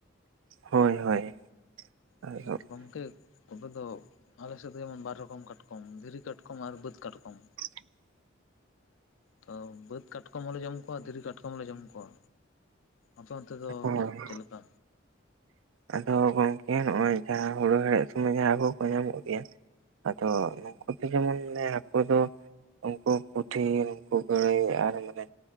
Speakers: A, on the right; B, on the left.
A: ᱦᱳᱭ, ᱦᱳᱭ
B: <inaudible>
A: ᱟᱫᱚ
B: ᱜᱚᱢᱠᱮ, ᱛᱚᱵᱮ ᱫᱚ, ᱟᱞᱮ ᱥᱮᱫ ᱫᱚᱭᱟ ᱵᱟᱨ ᱨᱚᱠᱚᱢ ᱠᱟᱴᱠᱚᱢ, ᱫᱷᱤᱨᱤ ᱠᱟᱴᱠᱚᱢ ᱟᱨ ᱵᱟᱹᱫᱽ ᱠᱟᱴᱠᱚᱢ,
A: <inaudible>
B: ᱛᱚ ᱵᱟᱹᱫᱽ ᱠᱟᱴᱠᱚᱢ ᱦᱚᱸᱞᱮ ᱡᱚᱢ ᱠᱚᱣᱟ, ᱫᱷᱤᱨᱤ ᱠᱟᱴᱠᱚᱢ ᱞᱮ ᱡᱚᱢ ᱠᱚᱣᱟ᱾ ᱟᱯᱮ ᱚᱱᱛᱮ ᱫᱚ
A: ᱦᱳᱭ
B: ᱪᱮᱫ ᱞᱮᱠᱟ?
A: ᱟᱫᱚ ᱜᱚᱝᱠᱮ ᱱᱚᱭ ᱡᱟᱦᱟᱸ ᱦᱩᱲᱩ ᱦᱮᱲᱦᱮᱫ ᱥᱚᱢᱚᱭ ᱡᱟᱦᱟᱸ ᱦᱟᱹᱠᱩ ᱠᱚ ᱧᱟᱢᱚᱜ ᱜᱮᱭᱟ, ᱟᱫᱚ ᱱᱩᱠᱩ ᱫᱚ ᱡᱮᱢᱚᱱᱚᱱᱮ ᱦᱟᱹᱠᱩ ᱫᱚ ᱩᱱᱠᱩ ᱯᱩᱴᱷᱤ ᱱᱩᱠᱩ ᱜᱟᱬᱟᱹᱭ ᱟᱨ ᱢᱟᱱᱮ